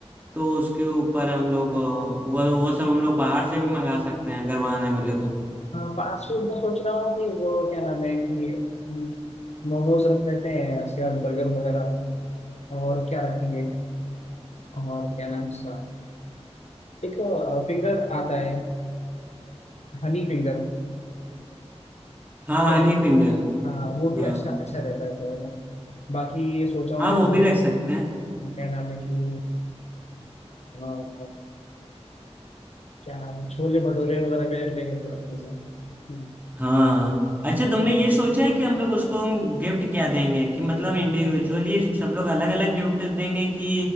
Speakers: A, on the right (about 15°); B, on the left (about 75°).
A: तो उसके ऊपर हम लोग अ, वो वो सब हम लोग बाहर से भी मंगा सकते हैं अगर वहाँ ना मिले तो
B: हाँ फास्ट फूड में सोच रहा हूँ कि वो क्या नाम है कि हम्म, मोमोज रख लेते हैं उसके बाद बर्गर वगैरह और क्या रखेंगे और क्या नाम है उसका एक फिंगर आता है हनी फिंगर
A: हाँ
B: ठीक है
A: हनी फिंगर
B: हाँ वो भी
A: हाँ
B: अच्छा अच्छा रहता है थोड़ा सा बाकी सोच रहा
A: हाँ
B: हूँ मैं
A: वो
B: वो
A: भी रख सकते हैं
B: क्या नाम है कि अ, क्या नाम है छोले भटूरे वगैरह भी रख लेंगे थोड़ा थोड़ा सा हम्म।
A: हाँ अच्छा तुमने ये सोचा है कि हम लोग उसको गिफ्ट क्या देंगे कि मतलब इंडिविजुअली सब लोग अलग अलग गिफ्ट देंगे कि